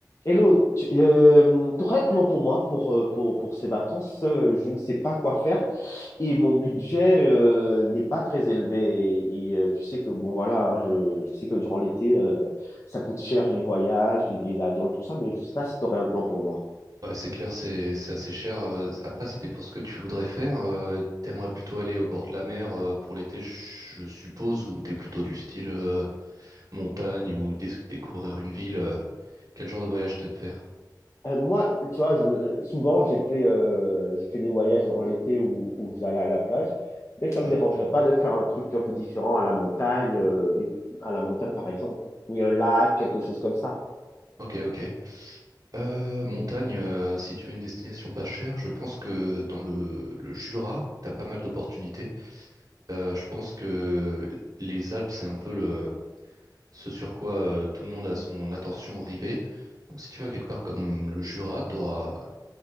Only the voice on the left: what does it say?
Hello, tu euh, aurais un plan pour moi pour, euh, pour, pour ces vacances? Euh, Je ne sais pas quoi faire et mon budget euh, n'est pas très élevé. Et, euh, tu sais que, bon, voilà, hein, je, je sais que durant l'été, euh, ça coûte cher les voyages, les billets d'avion et tout ça, mais je ne sais pas si tu aurais un plan pour moi.
Euh, moi, tu vois, je, souvent, j'ai fait, euh, j'ai fait des voyages durant l'été où, où j'allais à la plage, mais ça
ne me dérangerait pas de faire un truc un peu différent à la montagne, euh, et- à la montagne par exemple, où il y a un lac, quelque chose comme ça.